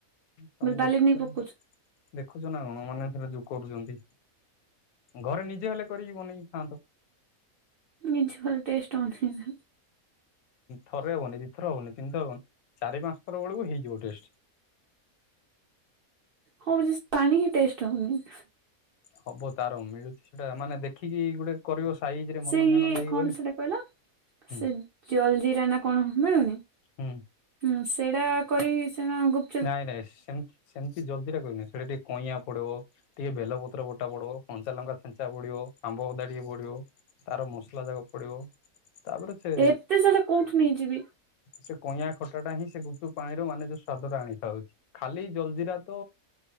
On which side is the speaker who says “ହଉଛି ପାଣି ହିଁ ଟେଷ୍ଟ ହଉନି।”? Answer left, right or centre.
Right